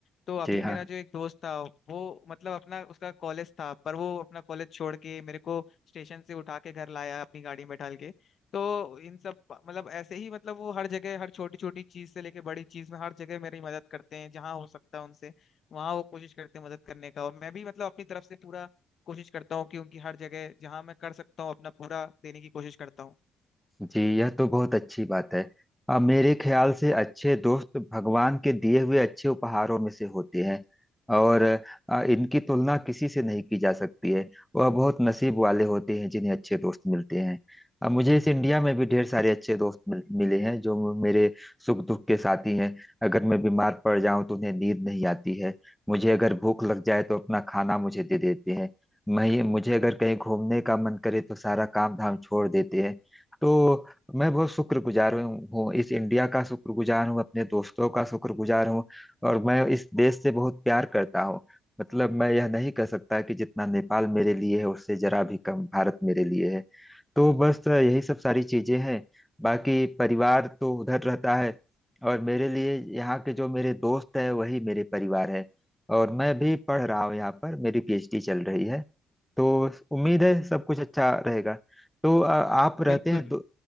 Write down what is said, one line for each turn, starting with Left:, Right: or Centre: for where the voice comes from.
Left: तो अभी
Centre: जी हाँ
Left: मेरा जो एक दोस्त था वो मतलब अपना उसका कॉलेज था पर वो अपना कॉलेज छोड़ के मेरे को स्टेशन से उठा के घर लाया अपनी गाड़ी में ढाल के तो इन सब मतलब ऐसे ही मतलब वो हर जगह हर छोटी छोटी चीज से लेके बड़ी चीज में हर जगह मेरी मदद करते हैं जहाँ हो सकता है उनसे वहाँ वो कोशिश करते हैं मदद करने का और मैं भी मतलब अपनी तरफ से पूरा कोशिश करता हूँ कि उनकी हर जगह जहाँ मैं कर सकता हूँ अपना पूरा देने की कोशिश करता हूँ
Centre: जी यह तो बहुत अच्छी बात है अब मेरे ख्याल से अच्छे दोस्त भगवान के दिए हुए अच्छे उपहारों में से होते हैं और अ, इनकी तुलना किसी से नहीं की जा सकती है वह बहुत नसीब वाले होते हैं जिन्हें अच्छे दोस्त मिलते हैं अब मुझे इस इंडिया में भी ढेर सारे अच्छे दोस्त मिल, मिले हैं जो मेरे सुख दुख के साथी हैं अगर मैं बीमार पड़ जाऊं तो उन्हें नींद नहीं आती है मुझे अगर भूख लग जाए तो अपना खाना मुझे दे देते हैं मैं मुझे अगर कहीं घूमने का मन करे तो सारा काम धाम छोड़ देते हैं तो मैं बहुत शुक्रगुजार हूँ हूँ इस इंडिया का शुक्रगुजार हूँ अपने दोस्तों का शुक्रगुजार हूँ और मैं इस देश से बहुत प्यार करता हूँ मतलब मैं यह नहीं कह सकता कि जितना नेपाल मेरे लिए है उससे जरा भी कम भारत मेरे लिए है तो बस यही सब सारी चीजें हैं बाकी परिवार तो उधर रहता है और मेरे लिए यहाँ के जो मेरे दोस्त हैं वही मेरे परिवार है और मैं भी पढ़ रहा हूँ यहाँ पर मेरी पीएचडी चल रही है तो उम्मीद है सब कुछ अच्छा रहेगा तो अ, आप रहते
Left: बिल्कुल
Centre: हैं दो,